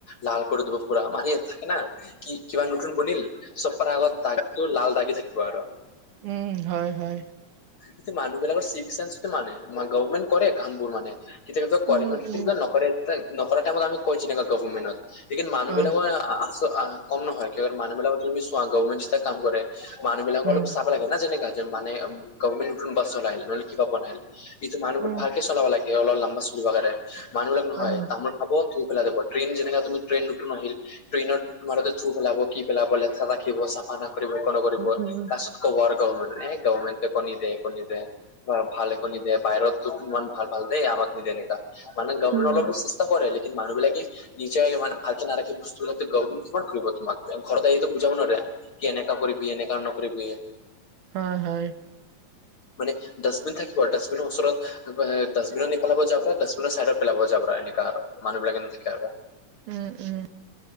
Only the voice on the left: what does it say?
লাল কৰি দিব পুৰা মানে থাকে না। কি কিবা নতুন বনিল চব কথা আগত দাগটো লাল দাগি থাকিব আৰু।
এইটো মানুহ বিলাকৰ চিভিকচেঞ্চটো মানে গভমেণ্ট কৰে কামবোৰ মানে, কেতিয়া
কৰে মান কেতিয়া
নকৰে নকৰা টাইমত আমি কৈছ এনেকা গভৰ্মেণ্টত লেকিন মানুহবিলাকৰে
আ কম নহয় মানুহ বিলাকৰ যদি চোৱা গভমেণ্ট যেতিয়া কাম কৰে, মানুহ বিলাকৰ
অলপ চাব লাগে না যেনেকা এজন মানে গভমেণ্ট নতুন বাছ চলাইল নহলে কিবা বনাই ইটো মানুহবোৰ
ভালকে চলাব লাগে অলপ লম্বা চলিব কাৰণে মানুহবলাক নহয়
তামোল খাব থু পেলাই যাব। ট্ৰেইন যেনেকা তুমি ট্ৰেইন নতুন আহিল, ট্ৰেইনত তোমাৰলোকে থু পেলাব কি পেলাব লেতেৰা ৰাখিব চাব মানা কৰিব এক নকৰিব
লাষ্টত কব আৰু গভমেণ্ট এ গভমেণ্ট একো নিদে একো নিদে ভালে একো নিদিয়ে বাহিৰত তোক ইমান ভাল ভাল দেই আমাক নিদে এনেকা। মানে গভটে
অলপতো চেষ্টা কৰে লেকিন মানুহ বিলাকে নিজে মানে, ভালকে নাৰাখে বস্তুবিলাক তো গৰ্ভমেণ্টে কিমান কৰিব তোমাক, ঘৰত আহিতো বুজাব নোৱাৰে। কি এনেকা কৰিবি এনেকা নকৰিবি।
মানে, ডাষ্টবিন থাকিব ডাষ্টবিনৰ ওচৰত ডাষ্টবিনত নেপেলাব যাবৰা, ডাষ্টবিনৰ চাইডত পেলাব যাবৰা এনেকা আৰু। মানুহ বিলাক নাথাকিলে আৰু।